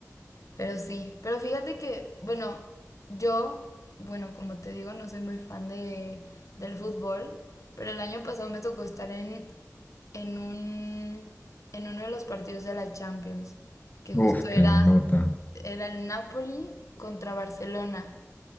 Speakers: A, on the left (about 70°); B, on the left (about 30°).
A: Pero sí, pero fíjate que, bueno, yo, bueno, como te digo, no soy muy fan de, del fútbol, pero el año pasado me tocó estar en, en un, en uno de los partidos de la Champions, que justo
B: Uf,
A: era,
B: qué nota.
A: era el Napoli contra Barcelona.